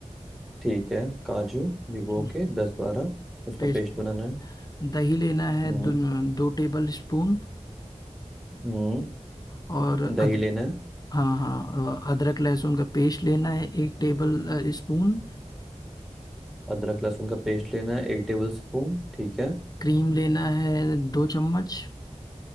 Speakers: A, in the centre; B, on the left.
A: ठीक है काजू भिगो
B: हम्म,
A: के दस बारह उसका
B: पेस्ट
A: पेस्ट बनाना है
B: दही लेना है
A: हम्म
B: दो, दो टेबल स्पून
A: हम्म
B: और
A: दही
B: अद,
A: लेना है
B: हाँ हाँ अ, अदरक लहसुन का पेस्ट लेना है एक टेबल अ, स्पून
A: अदरक लहसुन का पेस्ट लेना है एक टेबल स्पून ठीक है
B: क्रीम लेना है दो चम्मच